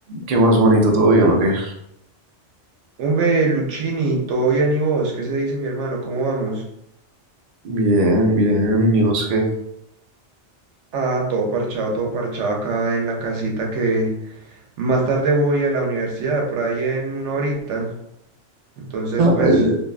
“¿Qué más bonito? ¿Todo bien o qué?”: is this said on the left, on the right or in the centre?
Right